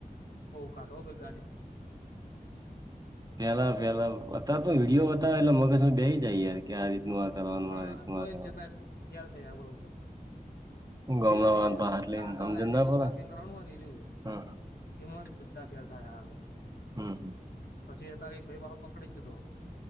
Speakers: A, on the left; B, on the right.
A: ઓ ઘાટો ફે ગાડી
B: ફેલા ફેલા અતા વિડીયો બતાવે એટલે મગજ બેય જાયએ કે આ રીતનું કરવાનું
A: પણ
B: આ રીતનું
A: તોય
B: આ કરવાનું
A: ચટલા ખ્યાલ થઈ આ લોકો
B: <unintelligible> ગામડા
A: જે
B: વાળાને પા હાથ
A: આગળ
B: સમજણ
A: લઈને
B: ના
A: દિવસ
B: પડે
A: પાર્કિંગ કરવાનું હોય, ને એ
B: ને
A: એમાં જ બધા ફેલ થાય.
B: હમ્મ હમ્મ.
A: તછી અતાયારે એક ભાઈ બાપા પકડી જ જ હતો,